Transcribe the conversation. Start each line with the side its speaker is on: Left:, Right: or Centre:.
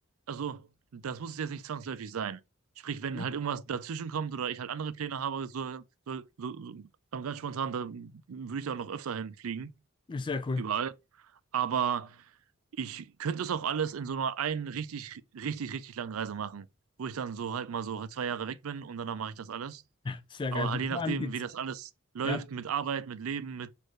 Right: also das muss es jetzt nicht zwangsläufig sein. Sprich, wenn
Left: Hm?
Right: halt irgendwas dazwischen kommt oder ich halt andere Pläne habe, so, so, so, so aber ganz spontan, dann würde ich da noch öfter hinfliegen,
Left: Sehr cool.
Right: überall. Aber ich könnte es auch alles in so einer einen richtig, richtig, richtig langen Reise machen, wo ich dann so halt mal so halt zwei Jahre weg bin und danach mache ich das alles.
Left: Sehr
Right: Aber
Left: geil.
Right: halt je nachdem,
Left: Vor allem gibt's,
Right: wie das alles läuft,
Left: ja.
Right: mit Arbeit, mit Leben, mit,